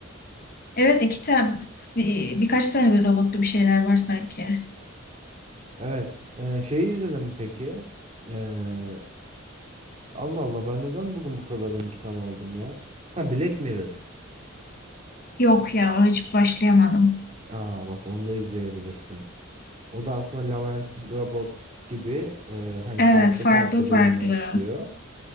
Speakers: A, on the left; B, on the right.
A: Evet iki tane bir- birkaç tane bir robotlu bir şeyler var sanki.
B: Evet. Eee şeyi izledim mi peki. Eee, Allah Allah ben neden bugün bu kadar unutkan oldum ya? Ha Black Mirror.
A: Yok ya hiç başlayamadım.
B: Aa bak onu da izleyebilirsin. O da aslında Love and Robots gibi e, hani
A: Evet
B: farklı
A: farklı
B: farklı
A: farklı.
B: bölümler işliyor.